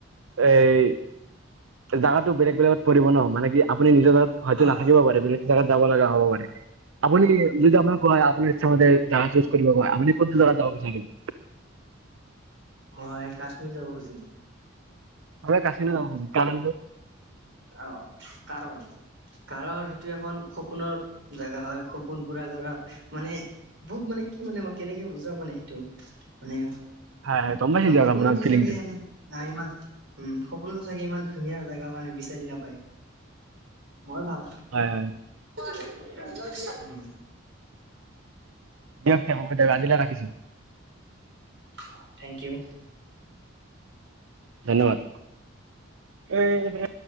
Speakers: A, on the right (about 75°); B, on the right (about 60°).
A: এই জাগাতো বেলেগ, বলেগত পৰিব ন, মানে কি আপুনি নিজৰ জাগাত হয়তো
B: হয়
A: নাথাকিব
B: হয়
A: পাৰে বেলেগে জেগাত যাব লগা হব পাৰে আপুনি যদি আপোনাৰ হয় আপুনি তহতে জেগা চুজ কৰিব পাৰে আপুনি কোনতো জাগা যাব বিচাৰিব?
B: মই কাশ্মীৰ যাব খুজিম।
A: হ'লে কাচিন যাব খোজোঁ, কাৰণটো।
B: অ', কাৰণ। কাৰণ সেইটো এখন সপোনৰ জেগা হয়, সপোন পুৰা কৰা মানে বহুত মানে কি মানে মই কেনেকে বুজাম মানে সেইটো, মানে
A: হয় হয় গম পাইছো
B: মানে
A: দিয়ক
B: সপোনটো
A: আপোনাৰ ফিলিংটো
B: চাগে সেনে নাই ইমান উম' সপোনটো চাগে ইমান ধুনীয়া জেগা মানে বিচা চাৰি নাপায় মই ভাবোঁ।
A: হয়, হয়।
B: <unintelligible> উম।
A: দিয়ক <unintelligible> হ'ব দিয়ক আজিলে ৰাখিছোঁ।
B: অ', থেংক ইউ।
A: ধন্যবাদ এ হে হে।